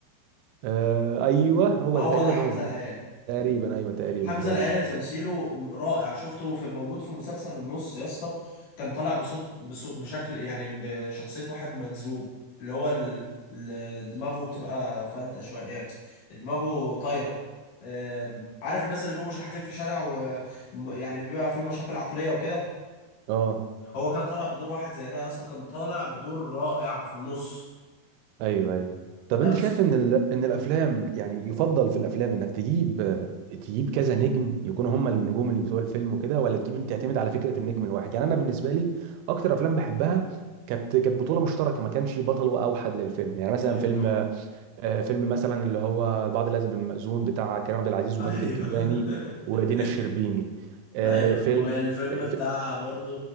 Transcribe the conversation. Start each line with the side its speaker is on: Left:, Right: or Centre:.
Right: آه ايوه هو
Left: هو
Right: ده تقريبا
Left: ده حمزة
Right: هو ده
Left: العيالي
Right: تقريبا ايوه تقريبا
Left: حمزة
Right: تقريبا
Left: العيلة تمثيله رائع شفته في موجود في مسلسل النص يا اسطى كان طالع بصوت بصوت بشكل يعني بشخصية واحد مجذوب اللي هو ال... ال- دماغه بتبقى فلتة شوية يعني دماغه طايرة أم، عارف الناس اللي بيبقوا شحاتين في الشارع ويعني بيبقى فيهم مشاكل عقلية وكده
Right: اه
Left: هو كان طالع بدور واحد زي ده يا اسطى كان طالع بدور رائع في النص
Right: ايوه ايوه طب
Left: لا
Right: انت
Left: بس
Right: شايف ان ال... ان الافلام يعني يفضل في الافلام انك تجيب تجيب كذا نجم يكونوا هم النجوم اللي بتوع الفيلم وكده ولا تجيب تعتمد على فكره النجم الواحد يعني انا بالنسبه لي اكتر افلام بحبها كانت كانت بطوله مشتركه ما كانش بطل واوحد للفيلم يعني مثلا
Left: ايوه
Right: فيلم
Left: طبعا
Right: آه، فيلم مثلا اللي هو البعض العزب المأذون بتاع كريم عبد العزيز وماجد
Left: ايوه
Right: الكدواني ودينا
Left: <laughs>
Right: الشربيني آه،
Left: ايوه
Right: فيلم
Left: والفيلم
Right: آه،
Left: بتاع
Right: ف-
Left: برضو